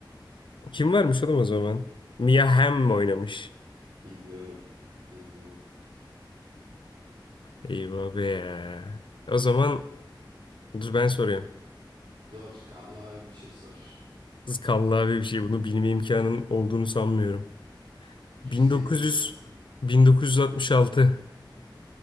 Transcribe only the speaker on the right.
Bilmiyorum. Bilmiyorum.
Zor. Kalla abi bir şey sor.
%25
şansım var.